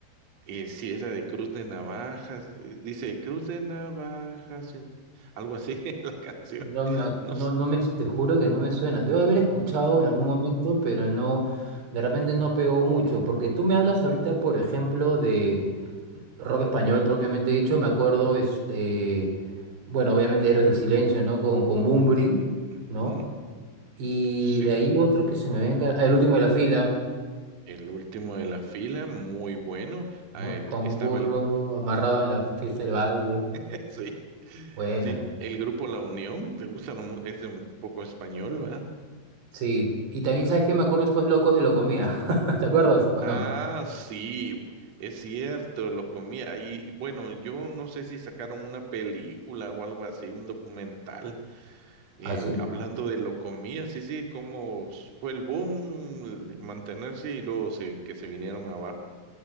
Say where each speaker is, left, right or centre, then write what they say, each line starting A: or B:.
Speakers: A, on the right; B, on the right.
A: eh, sí, esa de Cruz de Navajas, eh, dice Cruz de Navajas, eh, algo así, <laughs> la canción,
B: No me, acu-
A: no
B: no,
A: sé.
B: no me, te juro que no me suena. Debo haber escuchado en algún momento, pero no, de repente no pegó mucho, porque tú me hablas ahorita, por ejemplo, de Rock español propiamente dicho, me acuerdo,
A: Ujú.
B: este, bueno, obviamente Héroes del Silencio, ¿no? Con, con Bunbury, ¿no?
A: Ujú.
B: Y
A: Sí,
B: de ahí otro que se me venga, ah, El último de la fila,
A: El último de la fila, muy bueno. Ah,
B: ¿no?
A: est-
B: Como
A: estaba
B: un burro
A: el...
B: amarrado en la fiesta del baile.
A: <laughs> Sí,
B: Buena,
A: sí, el grupo La Unión, le gusta, lo mu- es un poco español, ¿va?
B: sí. Y también, ¿sabes qué? Me acuerdo de estos locos de Locomía, <laughs> ¿te acuerdas o
A: Ah,
B: no?
A: sí, es cierto, lo comía. Y bueno, yo no sé si sacaron una película o algo así, un documental, eh,
B: Ah, sí.
A: hablando de lo comía, sí, sí, cómo fue el boom, el mantenerse y luego se- que se vinieron abajo.